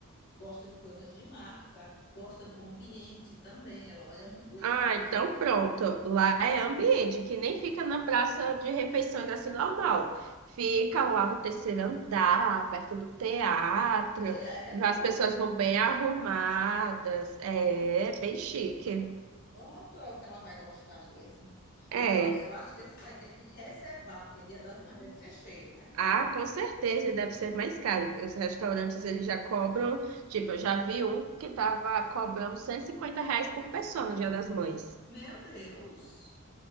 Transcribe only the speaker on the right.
Ah,
então pronto. Lá é ambiente, que nem fica na praça de refeições assim normal. Fica lá no terceiro andar, perto do teatro.
As
pessoas vão bem arrumadas. É
bem chique.
É.
Ah, com certeza e deve ser mais caro. Os restaurantes eles já cobram, tipo, eu já vi um que tava cobrando 150 reais por pessoa no Dia das Mães.